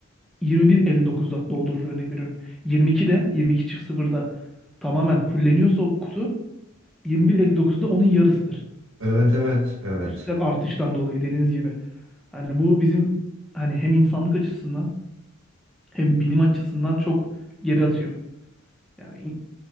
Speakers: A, in the centre; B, on the right (about 60°).
A: 21.59'da doldurur örnek veriyorum. 22'de 22 çift sıfırda tamamen fulleniyorsa o kutu 21.59'da onun yarısıdır.
B: Evet, evet, evet.
A: üstsel artıştan dolayı dediğiniz gibi. Hani bu bizim hani hem insanlık açısından hem bilim açısından çok geri atıyor. Yani in-